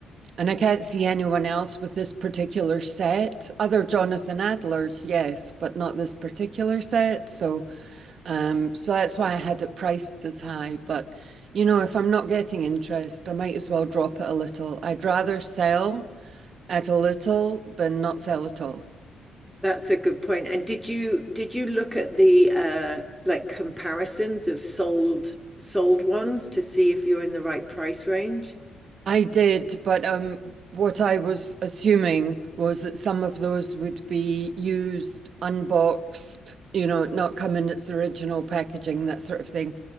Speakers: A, on the right; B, in the centre.
A: and I can't see anyone else with this particular set, other Jonathan Adlers, yes, but not this particular set. So Um, so that's why I had it priced as high. But you know, if I'm not getting interest, I might as well drop it a little. I'd rather sell at a little than not sell at all.
B: That's a good point. And did you did you look at the uh like comparisons of sold sold ones to see if you're in the right price range?
A: I did, but um, what I was assuming was that some of those would be used, unboxed, you know, not come in its original packaging, that sort of thing.